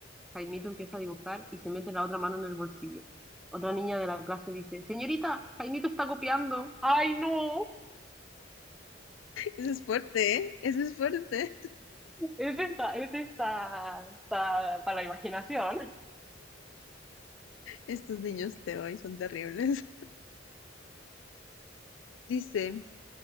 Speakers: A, in the centre; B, on the left.
A: Jaimito empieza a dibujar y se mete la otra mano en el bolsillo. Otra niña de la clase dice, Señorita, Jaimito está copiando. Ay, no,
B: Eso es fuerte, ¿eh? Eso es fuerte.
A: es esta, es esta, esta para la imaginación.
B: Estos niños de hoy son terribles. <laughs> Dice,